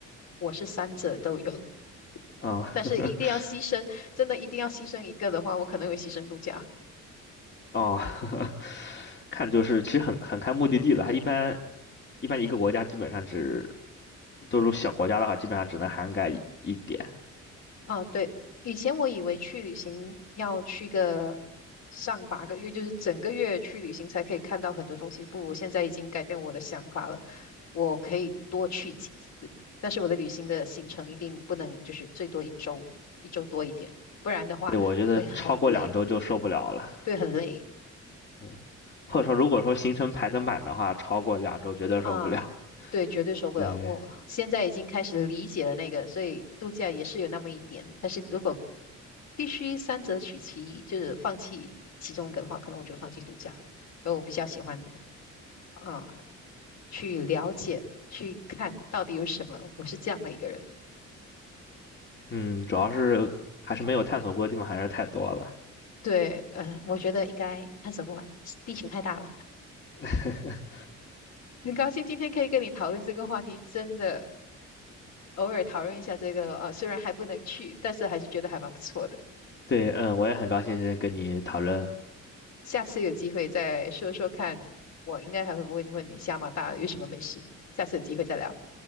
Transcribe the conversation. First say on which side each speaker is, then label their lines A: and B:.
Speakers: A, on the left; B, on the left.
A: 我是三者都有，<laughs>
B: 啊、
A: 但是一定要牺牲，
B: <laughs>
A: 真的一定要牺牲一个的话，我可能会牺牲度假。
B: 哦，<laughs> 看就是其实很很看目的地了，它一般一般一个国家基本上只，都是小国家的话，基本上只能涵盖一一点。
A: 啊，对，以前我以为去旅行要去个上八个月，就是整个月去旅行才可以看到很多东西。不，我现在已经改变我的想法了，我可以多去几次，但是我的旅行的行程一定不能就是最多一周，一周多一点，不然的话会很累，
B: 对，我觉得超过两周就受不了了。
A: 对，很累。
B: 对，或者说如果说行程排得满的话，超过两周绝对受不了。
A: 啊，对，绝对受不了。
B: 对，
A: 我现在已经开始理解了那个，所以度假也是有那么一点。但是如果必须三者取其一，就是放弃其中一个的话，可能我就放弃度假了。而我比较喜欢啊，去了解、去看到底有什么。我是这样的一个人。
B: 嗯，主要是还是没有探索过的地方还是太多了。
A: 对，呃，我觉得应该探索不完，地球太大了。
B: <laughs>
A: <laughs> 很高兴今天可以跟你讨论这个话题，真的偶尔讨论一下这个，呃，虽然还不能去，但是还是觉得还蛮不错的。
B: 对，嗯，我也很高兴今天跟你讨论。
A: 下次有机会再说说看，我应该还会问问你加拿大有什么美食。下次有机会再聊。